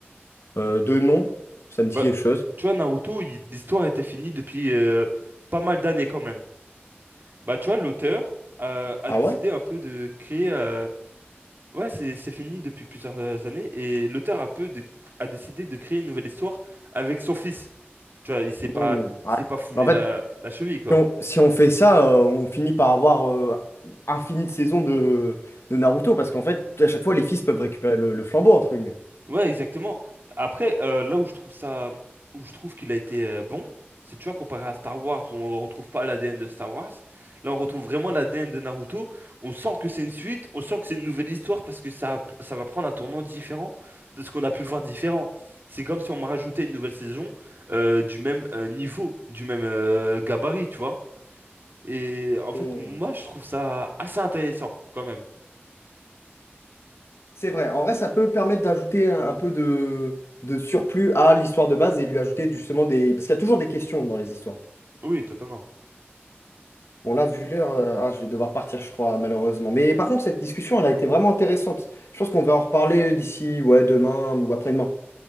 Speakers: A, on the left; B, on the right.
A: Euh, deux noms, ça me dit
B: Bah,
A: quelque chose.
B: tu vois, Naruto, il- l'histoire était finie depuis, euh, pas mal d'années quand même. Bah, tu vois, l'auteur, euh, a
A: Ah
B: décidé
A: ouais?
B: un peu de créer, euh, Ouais, c'est c'est fini depuis plusieurs euh, années et l'auteur a peu de- a décidé de créer une nouvelle histoire avec son fils. Tu vois, il s'est pas,
A: Hmm, ouais.
B: il s'est pas foulé
A: Mais en fait,
B: la, la cheville, quoi.
A: si on, si on fait ça, euh, on finit par avoir euh, infini de saisons de, de Naruto parce qu'en fait, à chaque fois, les fils peuvent récupérer le, le flambeau, entre guillemets.
B: Ouais, exactement. Après, euh, là où je trouve ça, où je trouve qu'il a été euh, bon, c'est tu vois, comparé à Star Wars, où on ne retrouve pas l'ADN de Star Wars, là on retrouve vraiment l'ADN de Naruto. On sent que c'est une suite, on sent que c'est une nouvelle histoire parce que ça, ça va prendre un tournant différent de ce qu'on a pu voir différent. C'est comme si on me rajoutait une nouvelle saison euh, du même euh, niveau, du même euh, gabarit, tu vois. Et en fait,
A: Hmm.
B: moi, je trouve ça assez intéressant quand même.
A: C'est vrai. En vrai, ça peut permettre d'ajouter un, un peu de, de surplus à l'histoire de base et lui ajouter justement des... Parce qu'il y a toujours des questions dans les histoires.
B: Oui, totalement.
A: Bon, là, vu l'heure, euh, ah, je vais devoir partir, je crois, malheureusement. Mais par contre, cette discussion, elle a été vraiment intéressante. Je pense qu'on va en reparler d'ici, ouais, demain ou après-demain.